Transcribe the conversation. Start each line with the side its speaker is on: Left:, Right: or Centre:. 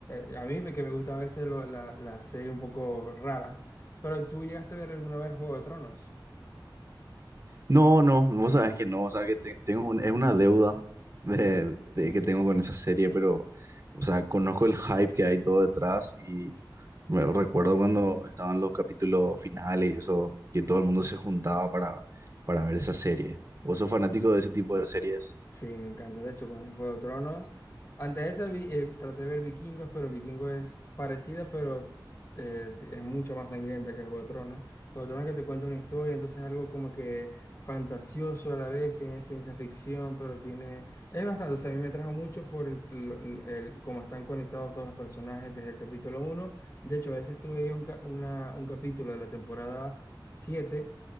Left: eh, a mí me- que me gustan a veces lo- la- las series un poco raras. Pero tú llegaste a ver alguna vez Juego de Tronos.
Right: No, no, vos sabés que no, o sea, que te- tengo un- es una deuda de,
Left: Sí.
Right: de que tengo con esa serie, pero, o sea, conozco el hype que hay todo detrás y me- recuerdo cuando estaban los capítulos finales y eso, que todo el mundo se juntaba para, para ver esa serie. ¿Vos sos fanático de ese tipo de series?
Left: Sí, me encanta. De hecho, con Juego de Tronos. Antes de esa vi- eh, traté de ver Vikingos, pero Vikingos es parecida, pero eh, es mucho más sangrienta que Juego de Tronos. Juego de Tronos que te cuenta una historia, entonces es algo como que fantasioso a la vez, tiene ciencia ficción, pero tiene... Es bastante, o sea, a mí me trajo mucho por el, lo- lo- el- cómo están conectados todos los personajes desde el capítulo uno. De hecho, a veces tuve un, ca- una- un capítulo de la temporada 7